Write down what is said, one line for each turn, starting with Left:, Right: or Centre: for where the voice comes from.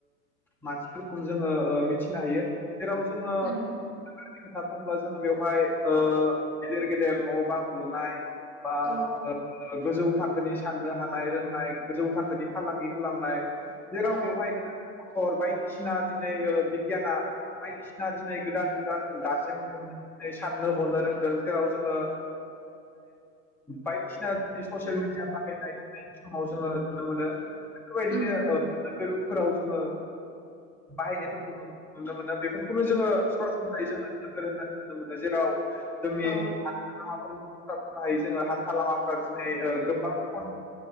Centre: मानसिफोरखौनो जोङो मिथिनो हायो जेराव जोङो
Right: उम
Centre: खोथा बुङोब्ला जोङो बेवहाय गेदिर गेदेर न' बां लुनाय बा
Right: औ
Centre: गोजौ थाखो थाखोनि साननो हानाय रोंनाय गोजौ थाखोनि फालांगि खालामनाय जेराव
Right: औ
Centre: बेवहाय गारि मटर बायदि <unintelligible> दिनै बिगियाना बायदिसिना दिनै गोदान गो <unintelligible> दिनै साननो हनो रों जेराव जोङो बायदिसिना दिनै ससियेल मिडिया बाहायनायनायनि समाव जोङो नुनो मोनो बेफोरबायदिनो
Right: उम
Centre: नोगोरफोराव जोङो बाहायनायफोरखौ नु नुनो मोनो बेफोरखौनो जोङो सरासरस्रायै जोङो नोगोर होननानै नुनो मोनो जेराव <unintelligible>
Right: औ
Centre: बुंनो हायो जोङो हान्था लामाफोरा दिनै गोबां खन